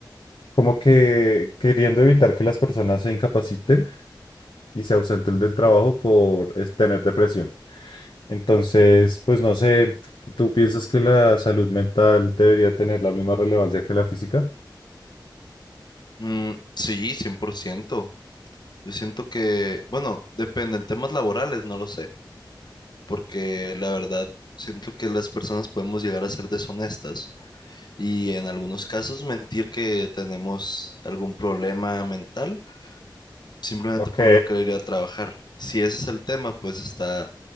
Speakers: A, on the left (about 75°); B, on the left (about 60°).
A: como que queriendo evitar que las personas se incapaciten y se ausenten del trabajo por es, tener depresión. Entonces, pues no sé, ¿tú piensas que la salud mental debería tener la misma relevancia que la física?
B: Mm, sí, 100%. Yo siento que, bueno, depende, en temas laborales no lo sé, porque la verdad siento que las personas podemos llegar a ser deshonestas y en algunos casos mentir que tenemos algún problema mental simplemente
A: Ok,
B: por no querer ir a trabajar. Si ese es el tema, pues está